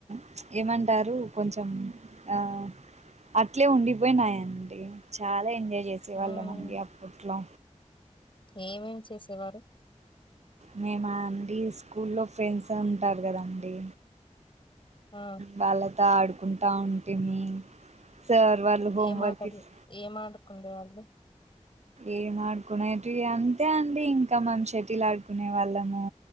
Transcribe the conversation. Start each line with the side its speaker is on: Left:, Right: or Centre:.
Right: ప్చ్ ఏమంటారు కొంచెం ఆ అట్లే ఉండిపోయినాయిండి చాలా ఎంజాయ్ చేసేవాళ్ళమండి
Left: ఉమ్
Right: అప్పట్లో
Left: ఏమేం చేసేవారు
Right: మేమా అండి స్కూల్లో ఫ్రెండ్స్ ఉంటారు కదండి
Left: ఆ
Right: వాళ్ళతో ఆడుకుంటా ఉంటిమి సార్ వాళ్ళు హోంవర్క్
Left: ఎం ఆటలు
Right: ఇస్
Left: ఎం ఆడుకుండే వాళ్ళు
Right: ఏం ఆడుకునేటివి అంతే అండి ఇంక మన్ షటిల్ ఆడుకునే వాళ్ళము